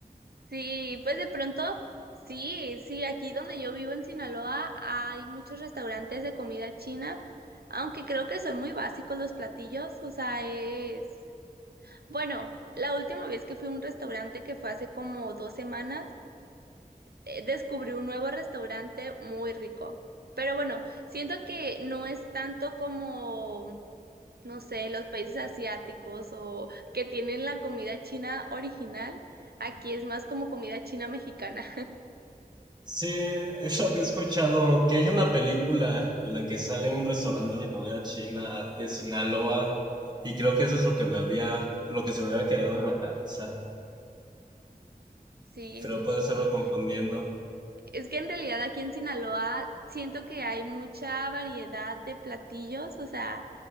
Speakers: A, on the right; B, on the right.
A: Sí, pues de pronto, sí, sí, aquí donde yo vivo en Sinaloa hay muchos restaurantes de comida china, aunque creo que son muy básicos los platillos, o sea, es... Bueno, la última vez que fui a un restaurante que fue hace como dos semanas, eh, descubrí un nuevo restaurante muy rico. Pero bueno, siento que no es tanto como, no sé, los países asiáticos o que tienen la comida china original. Aquí es más como comida china mexicana.
B: Sí, eso que he escuchado, que hay una película en la que sale un restaurante de comida china de Sinaloa y creo que eso es lo que me había, lo que se me había quedado en la cabeza,
A: Sí,
B: pero
A: sí,
B: puede
A: sí.
B: estarme confundiendo.
A: Es que en realidad aquí en Sinaloa siento que hay mucha variedad de platillos, o sea,